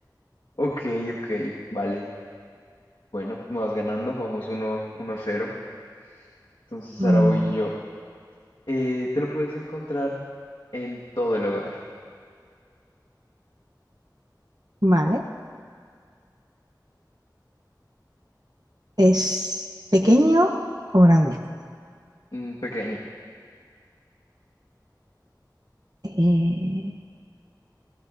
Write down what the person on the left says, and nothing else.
Ok, ok. Vale. Bueno, me vas ganando. Vamos uno uno cero Entonces
ahora voy yo. Eh, te lo puedes encontrar en todo el hogar.
Mm, pequeño.